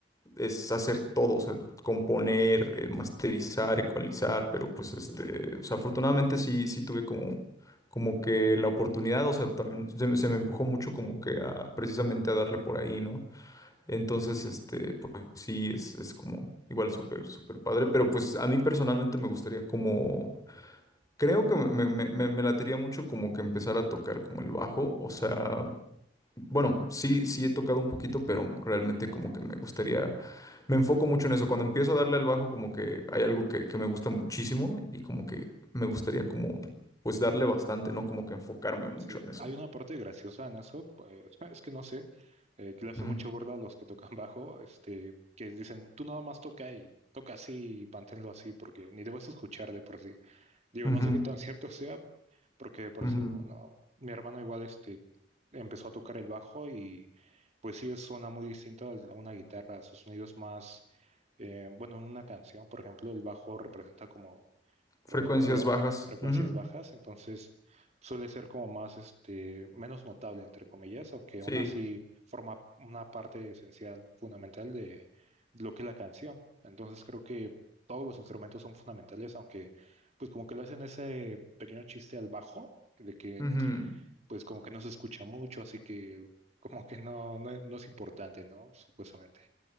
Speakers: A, on the left (about 20°); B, on the right (about 40°).
A: es hacer todo, o sea, componer, eh, masterizar, ecualizar, pero pues este, o sea, afortunadamente sí, sí tuve como... como que la oportunidad, o sea, también se, me se me empujó mucho como que a precisamente a darle por ahí, ¿no? Entonces, este, pues sí, es, es como igual súper, súper padre, pero pues a mí personalmente me gustaría como, creo que me, me, me, me latería mucho como que empezar a tocar como el bajo, o sea, bueno, sí, sí he tocado un poquito, pero realmente
B: Mm,
A: como que me gustaría, me enfoco mucho en eso, cuando empiezo a darle al bajo como que hay algo que, que me gusta muchísimo y como que me gustaría como, pues darle bastante, ¿no? Como que enfocarme mucho
B: Sí,
A: en eso.
B: hay una parte graciosa en eso, pues, <laughs> es que no sé, eh, que le hace
A: Ujú,
B: mucha burla a los que tocan bajo, este, que dicen, tú nada más toca y toca así y manténlo así porque ni te vas a escuchar de por sí. Digo,
A: ujú,
B: no sé qué tan cierto sea, porque por
A: ujú.
B: sí, bueno, mi hermano igual este, empezó a tocar el bajo y pues sí suena muy distinto al- a una guitarra, sus sonidos más, eh, bueno, en una canción, por ejemplo, el bajo representa como
A: Frecuencias
B: o no,
A: bajas.
B: frecuencias
A: ujú,
B: bajas, entonces suele ser como más, este, menos notable, entre comillas, aunque
A: Sí.
B: aún así forma una parte esencial, fundamental de lo que es la canción. Entonces creo que todos los instrumentos son fundamentales, aunque pues como que le hacen ese pequeño chiste al bajo, de que
A: ujú.
B: pues como que no se escucha mucho, así que como que no, no, no es importante, ¿no? Supuestamente.